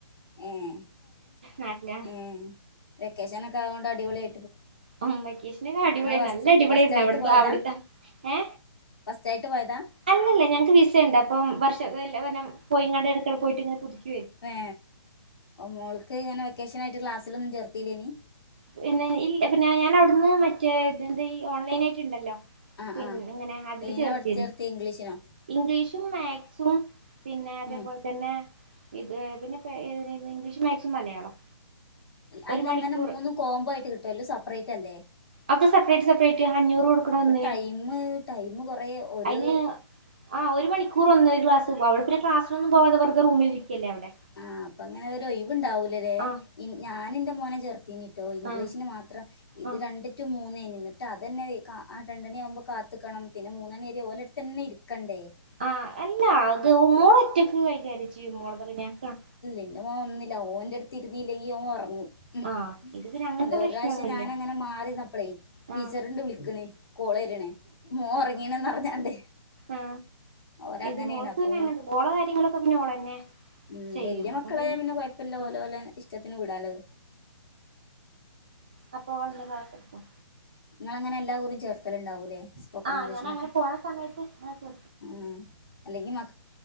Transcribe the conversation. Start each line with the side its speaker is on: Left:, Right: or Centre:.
Left: ഏഹ്
Right: നാട്ടിലാണ്
Left: ഏഹ് വെക്കേഷനൊക്കെ ആവോണ്ട് അടിപൊളിയാ
Right: ഉം വെക്കേഷനൊക്കെ അടിപൊളിയായി
Left: ഫസ്റ്റ്
Right: നല്ല അടിപൊളിയേര്ന്നു
Left: ഫസ്റ്റായിട്ട്
Right: അവിടത്തെ
Left: പോയതാ
Right: അവ ട്ത്തെ ഏ
Left: ഫസ്റ്റായിട്ട് പോയതാ
Right: അല്ലല്ല ഞങ്ങക്ക് വിസയിണ്ട് അപ്പൊ വർഷ് <unintelligible> പോയി ഇങ്ങളടെ ഇടക്കടെ പോയിട്ട് ഇങ്ങനെ പുതുക്കും
Left: ഏ മോൾക്ക് ഇങ്ങനെ വെക്കേഷനായി എ ക്ലാസിലൊന്നും ചേർത്തില്ലേനി
Right: പിന്നെ ഇ പിന്നെ ഞാൻ അവിടുന്ന് മറ്റേ ഇതെന്ത്ഈ ഓൺലൈൻ ആയിട്ടുണ്ടല്ലോ
Left: ആ
Right: പി
Left: ആ
Right: ഇങ്ങനെ അതില്
Left: ഏയ്നാ
Right: ചേർത്തിനു
Left: പഠിച്ച് ചേർത്തിയെ ഇംഗ്ലീഷിനോ
Right: ഇംഗ്ലീഷും മാത് ഉം പിന്നെ അതേപോലെ
Left: ഉം
Right: തന്നെ ഇത് പിന്നെപേ ഇംഗ്ലീഷും മാക്സും മലയാളം
Left: അല്ല
Right: ഒരു മണിക്കൂർ
Left: ഇങ്ങനെ മൂന്ന് കോംബോ ആട്ട് കിട്ടുവല്ലോ സെപ്പറേറ്റ് അല്ലേ
Right: അപ്പൊ സെപ്പറേറ്റ് സെപ്പറേറ്റ് അഞ്ഞൂറ് കൊടുക്കണ
Left: അപ്പൊ
Right: എന്തിനാ
Left: ടൈം ടൈം കൊറേ ഒരു
Right: അതിന് ആഹ് ഒരു മണിക്കൂർ ഒന്ന് ഒരു ക്ലാസ് അവിടെ ഒരു ക്ലാസ് <unintelligible> പോവാതെ വെറുതെ റൂമിലിരിക്കല്ലേ അവിടെ
Left: ആഹ് അപ്പ അങ്ങനെ ഒരു ഒഴുവുണ്ടാവൂലല്ലേ
Right: ആ
Left: ഇ ഞാൻ എന്റെ മോനെ ചേർതീനി ട്ടോ ഇംഗ്ലീഷിന്
Right: ആ
Left: മാത്രം ഇത്
Right: ആ
Left: കണ്ടിട്ടും മൂന്നേനി എന്നിട്ട് അതന്നെ ആ രണ്ടണി ആവുമ്പോ കാത്ത് നിക്കണം പിന്നെ മൂന്ന് മണിവരെ ഓരടുത്ത് തന്നെ ഇരിക്കണ്ടേ
Right: ആഹ് അല്ല അത് മോള് ഒറ്റക്ക് കൈകാര്യം ചെയ്യും മോളതൊ <unintelligible>
Left: എന്റെ മോൻ ഒന്നില്ല ഓന്റെ അടുത്ത് ഇരുന്നല്ലെങ്കി ഓൻ ഒറങ്ങും ഉം
Right: ആ ഇത് പിന്നെ അങ്ങനത്തെ
Left: എന്താ
Right: പ്രശ്നൊന്നുല്ല
Left: ഒരാഴ്ച്ച ഞാൻ അങ്ങനെ മാറിനിന്നപ്പളേ ടീച്ചറിണ്ട്
Right: ആ
Left: വിളിക്കണ് കോള് വരണ് മോൻ ഉറങ്ങീണന്ന് പറഞ്ഞാണ്ട്
Right: ആ
Left: ഓരങ്ങനെയാണ്
Right: ഇത് മോൾക്ക്
Left: അപ്പൊ
Right: പിന്നെ അങ്ങനൊന്നുമില്ല മോളെ കാര്യങ്ങളൊക്കെ പിന്നെ ഓളന്നെ
Left: ഉം
Right: ചെയ്യും
Left: വലിയ മക്കളായ
Right: അതുകൊണ്ട്
Left: പിന്നെ കൊഴപ്പല്ല
Right: ആ
Left: ഓല ഓല ഇഷ്ടത്തിന് വിടാലോ
Right: അപ്പൊ <unintelligible> ഉം
Left: നിങ്ങൾ അങ്ങനെ എല്ലാകുറി ചേർത്തലുണ്ടാവൂലേ സ്പോക്കൺ
Right: ആഹ്
Left: ഇംഗ്ലീഷിനൊക്കെ
Right: ഞാൻ അങ്ങനെ പോണ സമയത്ത്
Left: ഉം അല്ലെങ്കി മ